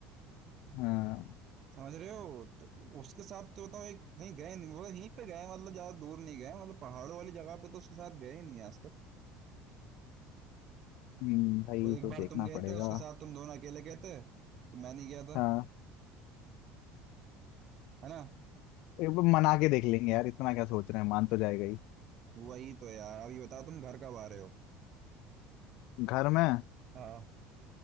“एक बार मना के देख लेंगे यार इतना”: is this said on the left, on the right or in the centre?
Left